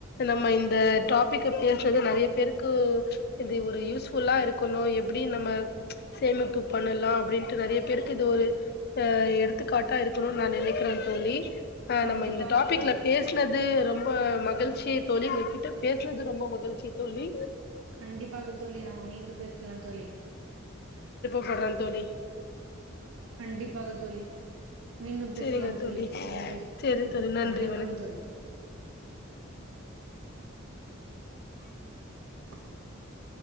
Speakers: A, on the left; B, on the right.
A: நம்ம இந்த டாபிக்க பேசுறது நெறைய பேருக்கு இது ஒரு யூஸ் புல்லா இருக்கணு எப்டி நம்ம சேமி பு பண்ணலா அப்டின்ட்டு நெறைய பேருக்கு இது ஒரு அ எடுத்துக்காட்டா இருக்கனுன்னு நான நினைக்கிறேன் தோலி ஆ
B: கண்டிப்பாக
A: நம்ம இந்த டாபிக்ல
B: தோழி
A: பேசினது ரொம்ப மகிழ் சேரி தோழி உங்க கிட்ட பேசுனது ரொம்ப மகிழ்ச்சி தோழி
B: கண்டிப்பாக தோழி நாம் மீண்டும் பேசலாம் தோழி
A: படுறன் தோலி
B: கண்டிப்பாக தோலி மீண்டும் பேசலாம்
A: செரிங்க
B: தோலி
A: தோழி
B: நன்றி
A: சேரி தோழி நன்றி
B: வணக்கம் தோலி <inaudible>